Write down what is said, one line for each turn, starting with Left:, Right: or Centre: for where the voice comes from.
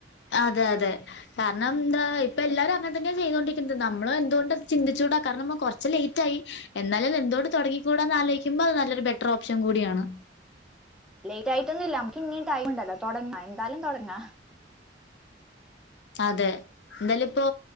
Left: അതെ അതെ കാരണം എന്ത ഇപ്പൊ എല്ലാവരും അങ്ങനെ തന്നെയ ചെയ്തൊണ്ടിരിക്കുന്നത് നമ്മൾ എന്തുകൊണ്ട് ചിന്തിച്ചു കൂടാ കാരണം നമ്മൾ കുറച്ച് ലേറ്റായി എന്നാലും എന്തുകൊണ്ട് തുടങ്ങിക്കൂടാന്ന് ആലോചിക്കുമ്പോ അത് നല്ലൊരു ബെറ്റർ ഓപ്ഷൻ കൂടിയാണ്
Centre: ലേറ്റ് ആയിട്ടൊന്നും ഇല്ല നമ്മുക്ക് ഇനിയും ടൈം ഉണ്ടല്ലോ തുടങ്ങ എന്തായാലും തുടങ്ങാ
Left: അതെ എന്തായാലും ഇപ്പോ